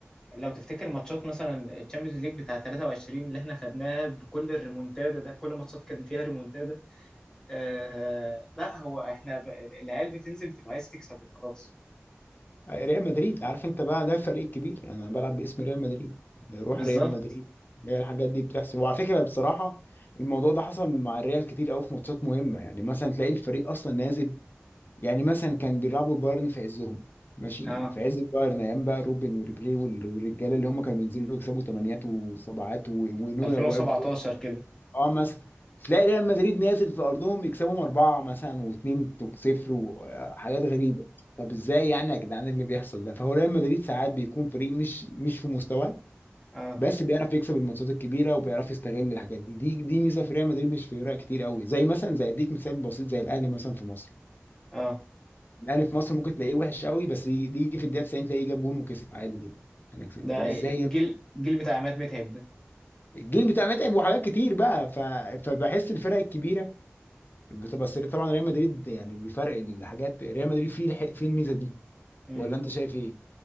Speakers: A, on the left; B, on the left.
A: لو تفتكر ماتشات مثلا الشامبيونز ليج بتاع 23 اللي احنا خدناها بكل الريمونتادا ده كل ماتشات كان فيها ريمونتادا آه لا هو احنا ب... العيال بتنزل بتبقى عايز تكسب وخلاص
B: ريال مدريد عارف انت بقى ده الفريق الكبير انا بلعب باسم ريال مدريد روح
A: بالظبط
B: ريال مدريد هي الحاجات دي بتحصل وعلى فكره بصراحه الموضوع ده حصل مع الريال كتير قوي في ماتشات مهمه يعني مثلا تلاقي الفريق اصلا نازل يعني مثلا كان بيلعبوا بايرن في عزهم ماشي
A: اه
B: في عز البايرن ايام بقى روبن وريبيري والرجاله اللي هم كانوا بينزلوا يكسبوا ثمانيات وسبعات و- ونوير
A: 2017
B: واقف
A: كده
B: اه مثلا تلاقي ريال مدريد نازل في ارضهم يكسبهم اربعه مثلا واتنين صفر وحاجات غريبه طب ازاي يعني يا جدعان إيه اللي بيحصل ده فهو ريال مدريد ساعات بيكون فريق مش مش في مستواه
A: اه
B: بس بيعرف يكسب الماتشات الكبيره وبيعرف يستغل الحاجات دي دي دي ميزه في ريال مدريد مش في فرق كتير قوي زي مثلا زي اديك مثال بسيط زي الاهلي مثلا في مصر
A: اه
B: الاهلي في مصر ممكن تلاقيه وحش قوي بس يجي يجي في الدقيقه 90 تلاقيه جاب جون وكسب عادي جدا انا كسبت
A: ده
B: طب
A: الجيل
B: ازاي يا ابني؟
A: الجيل بتاع عماد متعب ده
B: الجيل بتاع متعب وحاجات كتير بقى ف... فبحس الفرق الكبيره بتبقى سري طبعا ريال مدريد يعني بيفرق الحاجات ريال مدريد فيه الح- فيه الميزه دي
A: امم
B: ولا انت شايف ايه؟